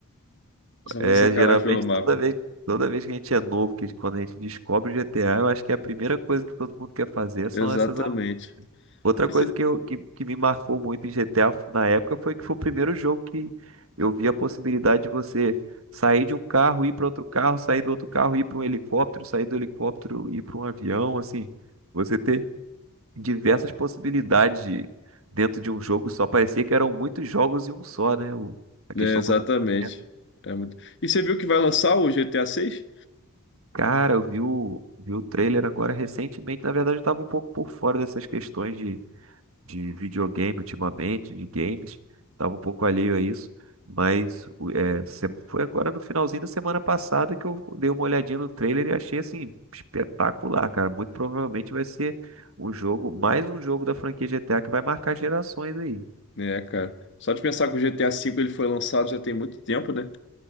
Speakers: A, on the left; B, on the right.
A: só
B: É,
A: fazendo sacanagem
B: geralmente
A: pelo mapa.
B: toda vez, toda vez que a gente é novo, que quando a gente descobre o GTA, eu acho que a primeira coisa que todo mundo quer fazer são
A: Exatamente.
B: essas Outra
A: E
B: coisa que, eu, que, que me marcou muito em GTA f- na época foi que foi o primeiro jogo que eu vi a possibilidade de você sair de um carro, ir para outro carro, sair do outro carro, ir para um helicóptero, sair do helicóptero, ir para um avião, assim, você ter diversas possibilidades de- dentro de um jogo só. Parecia que eram muitos jogos em um só, né? O- a questão
A: É, exatamente.
B: do mundo aberto.
A: É muito... E você viu que vai lançar o GTA 6?
B: Cara, eu vi o, vi o trailer agora recentemente. Na verdade, eu estava um pouco por fora dessas questões de de videogame ultimamente, de games, tava um pouco alheio a isso, mas o- é, se- foi agora no finalzinho da semana passada que eu dei uma olhadinha no trailer e achei assim espetacular, cara. Muito provavelmente vai ser um jogo, mais um jogo da franquia GTA que vai marcar gerações aí.
A: Né, cara. Só de pensar que o GTA 5 ele foi lançado já tem muito tempo, né?